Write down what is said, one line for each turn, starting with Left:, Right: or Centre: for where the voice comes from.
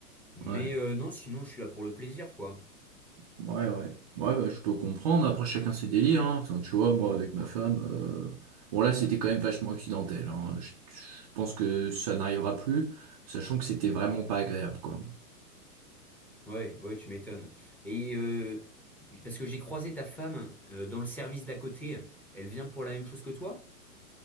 Centre: Mais
Right: Ouais,
Centre: euh, non, sinon, je suis là pour le plaisir, quoi.
Right: ouais, ouais. Ouais, bah, je peux comprendre. Après, chacun ses délires, hein. Tu tu vois, moi, avec ma femme, euh, bon, là, c'était quand même vachement accidentel, hein. Je, je pense que ça n'arrivera plus, sachant que c'était vraiment pas agréable, quoi.
Centre: Ouais, ouais, tu m'étonnes. Et euh, parce que j'ai croisé ta femme euh, dans le service d'à côté, elle vient pour la même chose que toi?